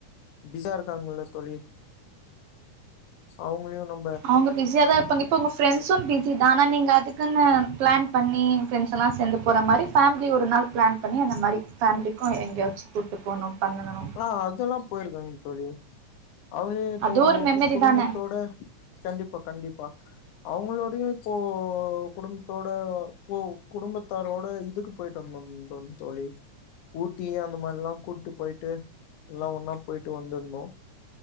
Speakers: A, on the left; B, on the right.
A: பிசியா இருக்காங்கல தோழி அவங்களையு நம்
B: அவங்க பிஸியா தா இருப்பாங்க இப்போ உங்க ஃப்ரெண்ட்ஸும் பிஸி தா ஆனா நீங்க அதுக்குன்னு ப்ளான் பண்ணி ஃப்ரெண்ஸெல்லா சேந்து போற மாரி ஃபேமிலி ஒரு நாள் ப்ளான் பண்ணி அந்த மாரி ஃபேமிலிக்கூ எங்கயாச்சு கூட்டு போணு பண்ணுனணு
A: ஆ அதெல்லா போயிருக்காங்க தோழி அவங்களு இப்போ
B: அது ஒரு மெமரி
A: கிஸ் குடும்பத்தோட
B: தான
A: கண்டிப்பா கண்டிப்பா அவங்களோடையு இப்போ குடும்பத்தோட போ குடும்பத்தாரோட இதுக்குப் போயிட்டு வந்தங்தம் தோழி ஊட்டி அந்த மார்லா கூட்டி போய்ட்டு எல்லா ஒன்னா போயிட்டு வந்துருந்தோ